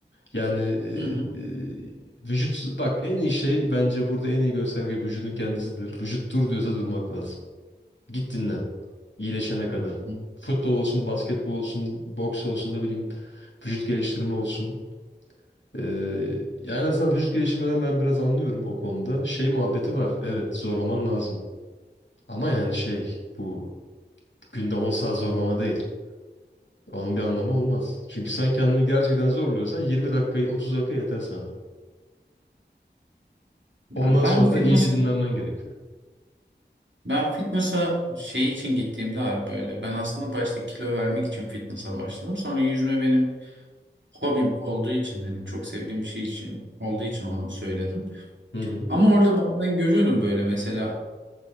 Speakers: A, on the left; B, on the right.
A: Yani e,
B: Hı hı.
A: e, vücut bak en iyi şey bence burada en iyi gösterge vücudun kendisidir. Vücut dur diyorsa durmak lazım. Git dinlen. İyileşene kadar.
B: Hı.
A: Futbol olsun, basketbol olsun, boks olsun da bileyim vücut geliştirme olsun. E, ya en azından vücut geliştirmeden ben biraz anlıyorum o konuda. Şey muhabbeti var. Evet zorlaman lazım. Ama yani şey bu günde 10 saat zorlama değil. Onun bir anlamı olmaz. Çünkü sen kendini gerçekten zorluyorsan 20 dakikayı 30 dakika yeter sana. Ondan
B: Ya ben
A: sonra
B: fitness'a
A: da iyice dinlenmen gerekiyor.
B: ben fitness'a şey için gittiğimde abi böyle ben aslında başta kilo vermek için fitness'a başladım. Sonra yüzme benim hobim olduğu için hani çok sevdiğim bir şey için olduğu için onu söyledim.
A: Hı hı.
B: Ama orada bazen görüyordum böyle mesela